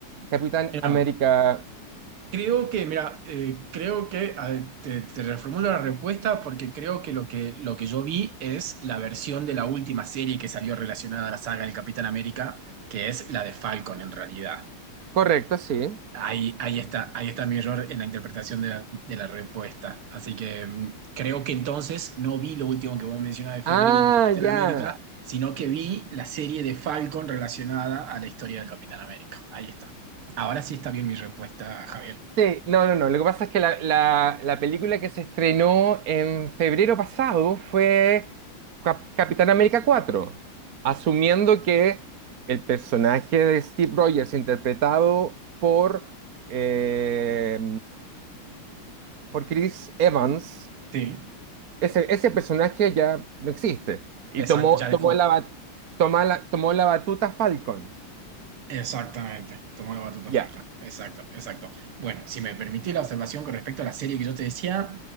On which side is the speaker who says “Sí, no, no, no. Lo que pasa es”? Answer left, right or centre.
Right